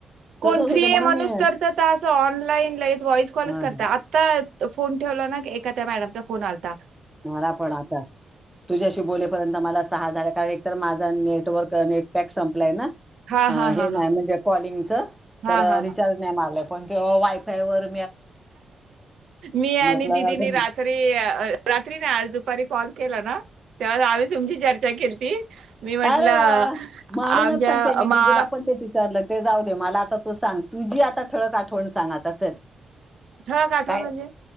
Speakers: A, on the right (about 65°); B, in the centre.
A: कोण
B: तसच
A: फ्री
B: होते
A: आहे
B: म्हणून
A: म्हणूस
B: मी
A: तर अस ऑनलाईन लगेच व्हॉइस कॉलच
B: हा,
A: करत
B: हा.
A: आता फोन ठेव एका त्या मॅडमचा फोन आता
B: मला पण आता तुझ्याशी बोलेपर्यंत मला सहा झाला कारण तर माझा नेटवर्क नेटपॅक संपलाय ना
A: हा हा
B: हे
A: हा
B: नाही
A: हा
B: म्हणजे कॉलिंगच
A: हा
B: तर
A: हा हा
B: रिचार्ज नाही मारलं पण वायफायवर
A: मी आणि
B: म्हटलं
A: दिदीनी
B: जाऊ दे
A: रात्री आज दुपारी कॉल केला ना तेव्हा तुमची चर्चा केती मी म्हंटलं
B: अरे वा वा म्हणूनच
A: आमच्या
B: सांगते मी
A: मा
B: दिदीला पण तेच विचारलं ते जाऊ दे मला आता तू सांग तुझी आता ठळक आठवण सांग आता चल
A: ठळक आठण
B: काय
A: म्हणजे